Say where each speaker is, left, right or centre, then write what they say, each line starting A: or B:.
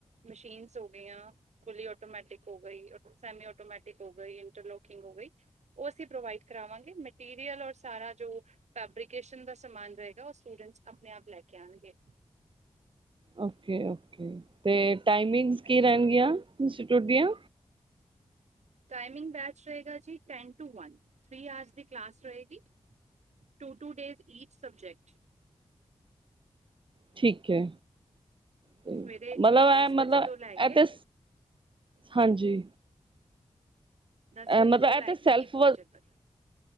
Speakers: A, on the right (about 80°); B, on the right (about 45°).
A: ਮਸ਼ੀਨਸ ਹੋ ਗੀਆ, ਫੁਲੀ ਔਟੋਮੈਟਿਕ ਹੋ ਗਈ, ਅਰ ਸੈਮੀ ਔਟੋਮੈਟਿਕ ਹੋ ਗਈ, ਇੰਟਰਲੋਕ ਕਿੰਗ ਹੋ ਗਈ, ਓਹ ਅਸੀਂ ਪ੍ਰੋਵਾਈਡ ਕਰਾਵਾਂਗੇ। ਮੈਟੀਰੀਲ ਔਲ ਸਾਰਾ ਜੋ ਫੈਬ੍ਰਿਕੇਸ਼ਨ ਦਾ ਸਮਾ ਸਮਾਨ ਰਹੇਗਾ ਓਹ ਸਟੂਡੈਂਟਸ ਅਪਣੇ ਆਪ ਲੈ ਕੇ ਆਣਗੇ।
B: ਓਕੇ ਓਕੇ, ਤੇ ਟਾਈਮਿੰਗਸ ਕੀ
A: ਹਾਂਜੀ
B: ਰੈਣਗੀਆਂ?
A: ਹਾਂਜੀ
B: ਇੰਸਟੀਟਿਊਟ ਦੀਆਂ।
A: ਟਾਈਮਿੰਗ ਬੈਚ ਰਹੇਗਾ ਜੀ ten to one. Three hours ਦੀ ਕਲਾਸ ਰਹੇਗੀ‌। Two two days each subject.
B: ਠੀਕ ਹੈ, ਤੇ
A: ਸਵੇਰੇ
B: ਮਤਲਬ
A: ਦਸ
B: ਐ ਮਤਲਬ
A: ਵਜੇ ਤੋਂ ਲੈ
B: ਐ
A: ਕੇ
B: ਤੇ ਹਾਂਜੀ।
A: ਦਸ ਵਜੇ
B: ਮਤਲਬ
A: ਤੋਂ ਲੈ
B: ਇਹ ਤੇ
A: ਕੇ
B: ਸੈਲਫ
A: ਇੱਕ ਵਜੇ ਤੱਕ।